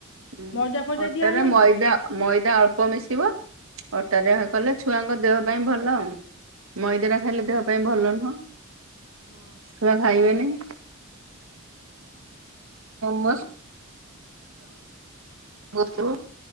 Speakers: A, on the right; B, on the left.
A: ହୁଁ
B: ମଇଦା ଫଇଦା
A: ଅଟାରେ
B: ଦିଆ ହୁଏନି?
A: ମଇଦା ମଇ ଦା ଅଳ୍ପ ମିଶିବ ଅଟାରେ କଲେ ଛୁଆଙ୍କ ଦେହ ପାଇଁ ଭଲ ଆ ମଇଦା ଟା ଖାଇଲେ ଦେହ ପାଇଁ ଭଲ ନୁହଁ।
B: ହଁ
A: ଛୁଆ ଖାଇବେନି ମୁ ଗୁପଚୁପୁ